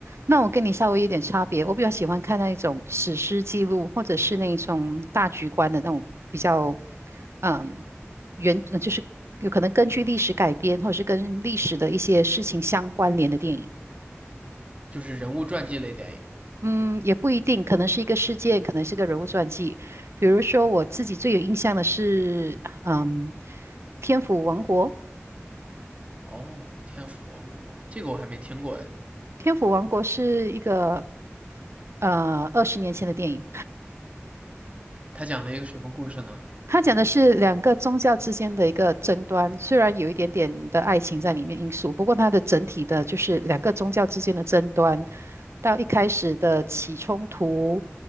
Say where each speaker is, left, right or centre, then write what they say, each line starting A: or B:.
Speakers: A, on the right (about 65°); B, on the right (about 30°).
A: 那我跟你稍微有点差别，我比较喜欢看那一种史诗记录，或者是那一种大局观的那种比较，嗯，原呃就是有可能根据历史改编，或者是跟历史的一些事情相关联的电影。
B: 就是人物传记类电影。
A: 嗯，也不一定，可能是一个事件，可能是个人物传记。比如说，我自己最有印象的是，嗯，《天府王国》。
B: 哦，《天府王国》这个我还没听过呀，
A: 《天府王国》是一个呃二十年前的电影，
B: 它讲了一个什么故事呢？
A: 他讲的是两个宗教之间的一个争端，虽然有一点点的爱情在里面因素，不过它的整体的就是两个宗教之间的争端，到一开始的起冲突，